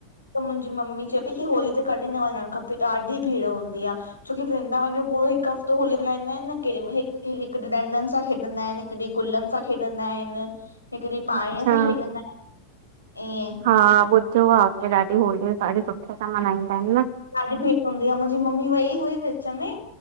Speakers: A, on the left; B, on the right.
A: त मुहिंजी मम्मी चऐ पई की होली त कॾहिं न वञण खपे ॾाढी भीड़ हूंदी आ। छोकी वृंदावन में पूरो हिक हफ़्तो होली मनाईंनांयेन न। केम हिक हिक त डंडन सां खेॾंदा आए न। हिक ॾींह गुलन सां खेॾंदा आए न, हिक ॾींह पाणीअ
B: अच्छा
A: सां खेॾंदा आए न, ईअं।
B: हा बुध्यो आह उते ॾाढी होली ॾाढी सुठे सां मनाईंदा आऐन न।
A: ॾाढी भीड़ हूंदी आ, मुहिंजी मम्मी वई हुई विच में,